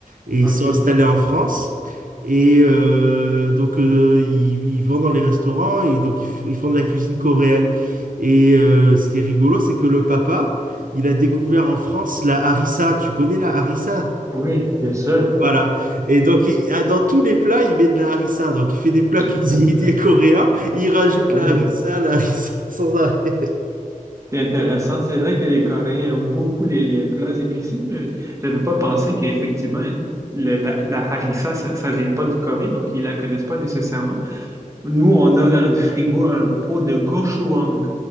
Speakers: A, on the right (about 75°); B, on the right (about 20°).
A: et ils
B: OK.
A: sont installés en France. Et euh, donc euh, ils, ils vont dans les restaurants et donc ils, font ils font de la cuisine coréenne. Et euh, ce qui est rigolo, c'est que le papa, il a découvert en France la harissa. Tu connais la harissa?
B: Oui, bien sûr.
A: Voilà. Et donc, il- ah, dans tous les plats, il met de la harissa. Donc, il fait des plats
B: <laughs>
A: cuisinés <laughs> coréens. Il rajoute
B: Oui.
A: la harissa, la harissa <laughs> sans arrêt.
B: C'est intéressant. C'est vrai que les Coréens ont beaucoup les, les plats épicés, mais je n'avais pas pensé qu'effectivement, le- la, la harissa, ça, ça vient pas du Corée, donc ils la connaissent pas nécessairement. Nous, on a dans notre frigo un pot de gochujang,